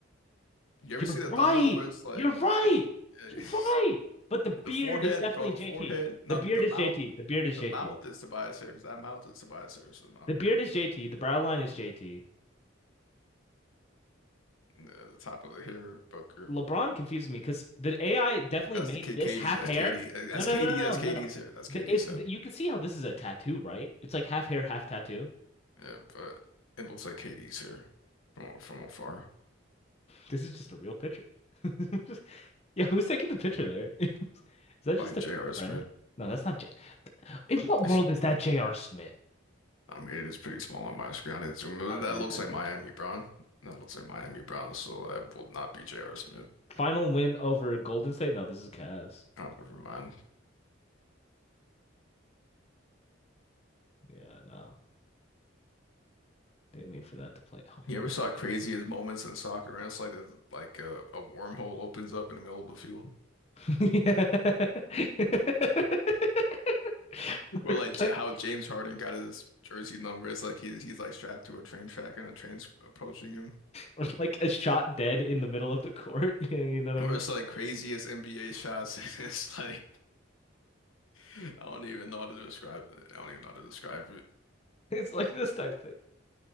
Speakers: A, on the left (about 85°); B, on the left (about 30°).
A: You ever
B: You're
A: see the thumbnail
B: right.
A: where it's like?
B: You're right.
A: <laughs>
B: You're right. But the
A: The
B: beard
A: forehead,
B: is definitely
A: bro, the
B: JT.
A: forehead. No,
B: The beard
A: the
B: is
A: mouth.
B: JT. The beard is
A: The
B: JT.
A: mouth is Tobias Harris. That mouth is Tobias Harris. The mouth,
B: The beard is JT. The brow line is JT.
A: the, the top of the hair, Booker.
B: LeBron confuses me because the AI definitely
A: That's
B: made
A: K
B: this
A: Katie.
B: half
A: That's
B: hair.
A: Katie. uh, That's
B: No, no,
A: Katie.
B: no, no, no,
A: That's
B: no.
A: Katie's
B: no.
A: hair. That's Katie's
B: The- It's
A: head.
B: you can see how this is a tattoo, right? It's like half hair, half tattoo.
A: Yeah, but it looks like Katie's hair from from afar.
B: This is just a real picture. <laughs> Just- yeah, who's taking the picture there? <laughs> Is that
A: By
B: just
A: J.R.
B: a
A: Smith.
B: friend? No, that's not J. In what
A: I
B: world
A: should,
B: is that J.R. Smith?
A: I mean, it is pretty small on my screen. I didn't zoom. in.
B: Okay,
A: That
B: I
A: looks
B: got
A: like
B: you.
A: Miami Brown. That looks like Miami Brown. So that will not be J.R. Smith.
B: Final win over Golden State? No, this is Cavs.
A: Oh, never mind.
B: Yeah, no. Didn't mean for that to play. Oh.
A: You ever saw craziest moments in soccer? And it's like there's like a, a wormhole opens up in the middle of the field,
B: <laughs> Yeah. <laughs> We're
A: or like
B: like,
A: Ja- how James Harden got his jersey number. It's like he's he's like strapped to a train track and a train's approaching him,
B: we're like a shot dead in the middle of the court. <laughs> You know what
A: or
B: I mean?
A: it's like craziest NBA shots. <laughs> It's like I don't even know how to describe it. I don't even know how to describe it.
B: It's like this type thing.